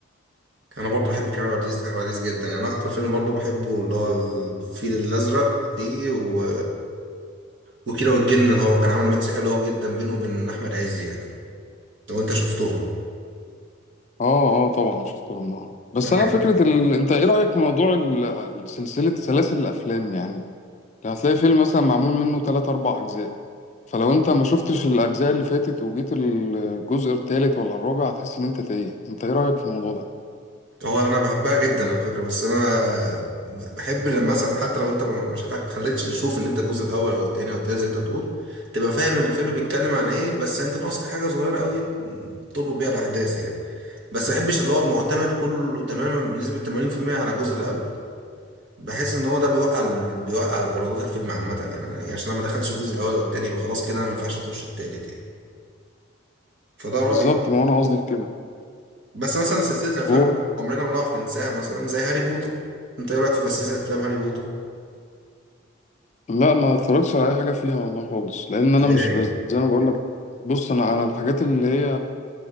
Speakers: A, on the right (about 60°); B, on the left (about 35°).
A: انا برضو بحب كريم عبد العزيز عبد العزيز جدا يعني أنا اكتر فيلم برضو بحبه اللي هو الفيل الازرق ليه و... وكيرة والجن هو كان عامل ميكس حلو قوي جدا بينه وبين احمد عز يعني لو انت شفتهم
B: اه اه طبعا شفتهم اه بس
A: انا
B: انا
A: عجب-
B: فكره ال... انت ايه رايك في موضوع ال- ال- سلسله سلاسل الافلام يعني هتلاقي فيلم مثلا معمول منه 3 4 اجزاء فلو انت ما شفتش الاجزاء اللي فاتت وجيت الجزء الثالث ولا الرابع هتحس ان انت تايه انت ايه رايك في الموضوع ده
A: هو انا بحبها جدا على فكره بس انا بحب لما مثلا حتى لو انت ما مش هفا- خليتش تشوف ان انت الجزء الاول او التاني او التالت زي ما انت بتقول تبقى فاهم الفيلم بيتكلم عن ايه بس انت ناقصك حاجه صغيره قوي تربط بيها الاحداث يعني بس ما بحبش اللي هو معتمد كله تماما بنسبه 80% على الجزء اللي قبله بحس ان هو ده بيوقع ال... بيوقع ايرادات الفيلم عامه يعني يعني عشان انا ما دخلتش الجزء الاول او التاني يبقى خلاص كده انا ما ينفعش اخش التالت يعني فده رايي
B: بالظبط ما هو انا قصدي في كده
A: بس مثلا سلسله الافلام
B: هو
A: عمرنا ما نعرف ننساها مثلا زي هاري بوتر انت ايه رايك في سلسله افلام هاري بوتر
B: لا ما اتفرجتش على اي حاجه فيها والله خالص لان انا
A: ازاي
B: مش بس زي ما بقول لك بص انا انا الحاجات اللي هي